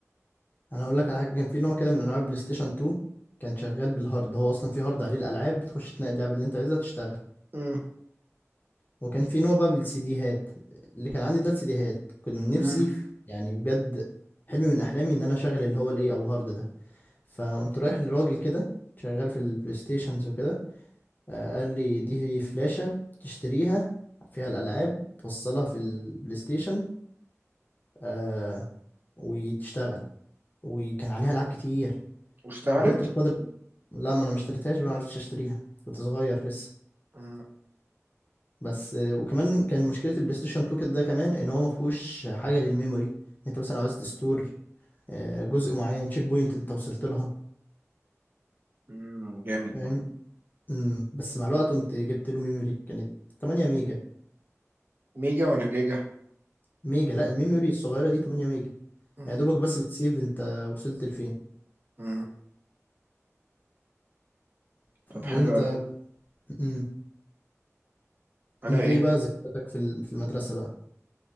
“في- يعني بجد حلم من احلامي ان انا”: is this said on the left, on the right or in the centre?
Left